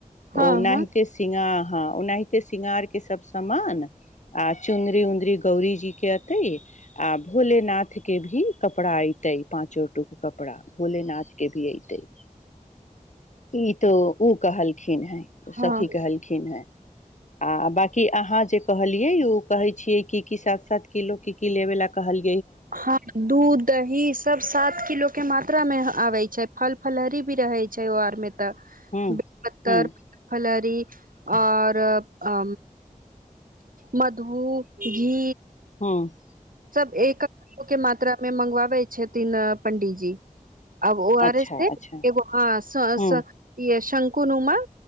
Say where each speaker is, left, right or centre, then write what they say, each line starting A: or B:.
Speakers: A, on the right; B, on the left.
A: हँ
B: ओनाहिते
A: हँ
B: सिंगा हँ ओनाहिते शृंगार के सब समामान आ चुन्दरी उँदरी गौरी जी के एतय आ भोलेनाथ के भी कपड़ा ऐतै पाचो टुक कपड़ा भोलेनाथ के भी ऐतय ई तो ओ कहलखिन इन हैं
A: हँ
B: सखी कहलखिन हैं आ बांकी अहाँ जे कहलियै ओ कहै छियै की की साथ साथ किलो की की लेबे लाए कहल
A: हँ दूध दही सब सात किलो के मा त्राहमे आबय छै फल फलहरी भी रहय छै ओ आरमे ब
B: हूँ
A: प्तर
B: हूँ
A: फलारी आओर अ मधु घी
B: हँ
A: सब एकक गोके मात्रामे मंगबा बय छथिन पंडिजी अब ओ
B: अच्छा
A: आर एस
B: अच्छा
A: एगो ह सह
B: हूँ
A: सह सं कोन उमर